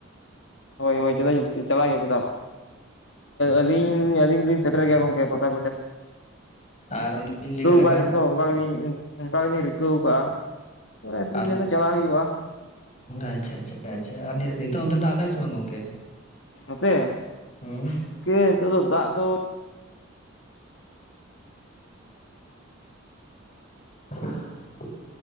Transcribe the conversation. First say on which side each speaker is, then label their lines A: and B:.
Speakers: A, on the left; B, on the left.
A: ᱦᱳᱭ ᱦᱳᱭ ᱪᱮᱫᱟᱜ ᱪᱟᱞᱟᱜ ᱦᱩᱭᱩᱜᱼᱟ ᱪᱮᱫᱟᱜ ᱵᱟᱝ ᱟᱹᱞᱤᱧ ᱟᱹᱞᱤᱧ ᱫᱚᱞᱤᱧ ᱥᱮᱴᱮᱨ ᱜᱮᱭᱟ ᱜᱚᱝᱠᱮ ᱴᱤᱭᱟᱹ
B: ᱟᱨ ᱚᱸᱰᱮᱞᱤᱧ ᱞᱟᱹᱭ ᱠᱮᱫ ᱞᱮᱠᱟ
A: ᱵᱟᱤᱱ <unintelligible> ᱚᱱᱠᱟ ᱜᱮᱞᱤᱧ ᱚᱱᱠᱟ ᱜᱮᱞᱤᱧ ᱨᱤᱠᱟᱹᱣ ᱟᱠᱟᱫᱼᱟ ᱚᱱᱟᱛᱮ ᱞᱤᱧ
B: ᱟᱨ
A: ᱢᱮᱱᱫᱟ ᱪᱟᱞᱟᱜ ᱦᱩᱭᱩᱜᱼᱟ
B: ᱟᱪᱪᱷᱟ ᱟᱪᱪᱷᱟ ᱟᱪᱷᱟ ᱟᱨ ᱱᱤᱛᱚᱜ ᱚᱱᱛᱮ ᱫᱟᱜ ᱫᱟᱭ ᱥᱮ ᱵᱟᱝ ᱜᱚᱝᱠᱮ
A: <unintelligible>
B: ᱦᱩᱸ
A: ᱱᱤᱛᱚᱜ ᱫᱚ ᱫᱟᱜ ᱫᱚ
B: <unintelligible>